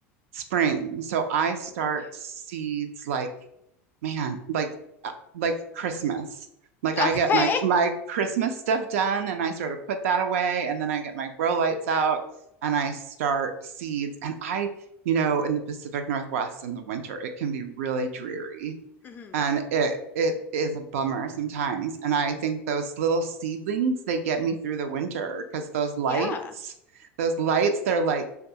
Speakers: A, on the right; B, on the left.
A: spring. So I start
B: Okay.
A: seeds
B: <laughs>
A: like man, like uh, like Christmas. Like I
B: Okay.
A: get my my Christmas stuff done and I sort of put that away and then I get my grow lights out and I start seeds and I, you know, in the Pacific Northwest in the winter, it can be really dreary
B: hmm
A: and it it is a bummer sometimes. And I think those little seedlings, they get me through the winter because those lights,
B: Yeah.
A: those lights, they're like,